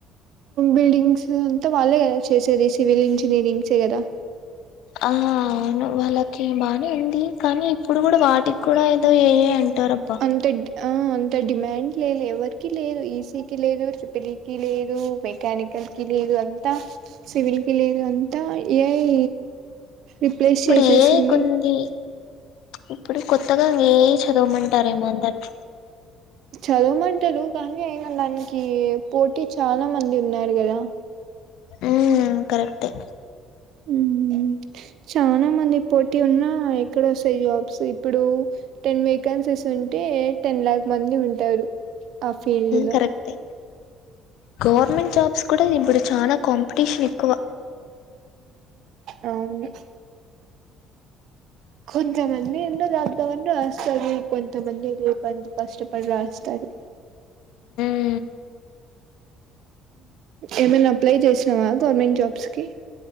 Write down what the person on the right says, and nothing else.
బిల్డింగ్స్ అంతా వాళ్ళే కదా చేసేది సివిల్ ఇంజనీరింగ్ చేయరా
అంత డ్- ఆ అంత డిమాండ్ లేదు ఎవరికి లేదు ఈసీకి లేదు ర్రిపిల్ కి లేదు మెకానికల్ కి లేదు అంతా సివిల్ కి లేదు అంతా ఏ ఐ రిప్లేస్
చేసేసింది
చదవమంటారు కానీ అయినా దానికి పోటీ చాలా మంది ఉన్నారు కదా
ఉ చనా మంది పోటీ ఉన్నా ఎక్కడ వస్తాయి జాబ్స్ ఇప్పుడు టెన్ వేకెన్సీస్ ఉంటే టెన్ లాక్ మంది ఉంటారు ఆ ఫీల్డ్ లో
అవును కొంతమంది ఏందో రాద్దామని రాస్తారు కొంతమంది ఏద ప కష్టపడి రాస్తారు
ఏమైనా అప్లై చేసినావా గవర్నమెంట్ జాబ్స్ కి